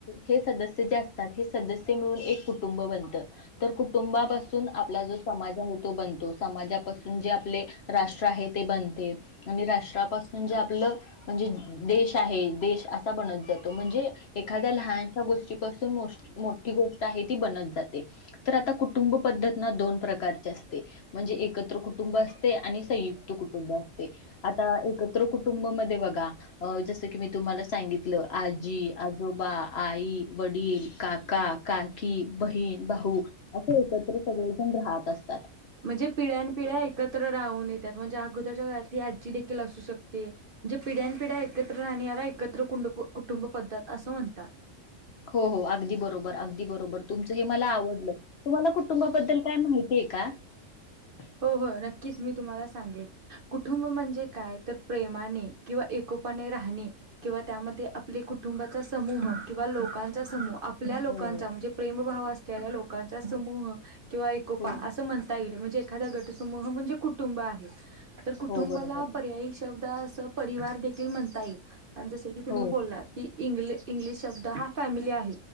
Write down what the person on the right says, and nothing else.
म्हणजे पिढ्या पिढ्या एकत्र राहून येतात म्हणजे अगोदरच्या घरात आजी देखील असू शकते म्हणजे पिढ्यापिढ्या एकत्र राहण्याला एकत्र कुं कुटुंब पद्धत असं म्हणतात
हो हो नक्कीच मी तुम्हाला सांगेन कुटुंब म्हणजे काय तर प्रेमाने किंवा एकोपाने राहणे किंवा त्यामध्ये आपले कुटुंबाचा समूह किंवा लोकांचा समूह आपल्या लोकांचा
म्हणजे प्रेमभव अस लोकांचा समूह किंवा एकपा
असं म्हणता येईल एखादा गटसमूह म्हणजे कुटुंब आहे तर कुटुंबाला
पर्यायी शब्द अस परिवार देखील म्हणता येईल जस की तुम्ही
बोललात की इंग्ल इंग्लिश शब्द हा फॅमिली आहे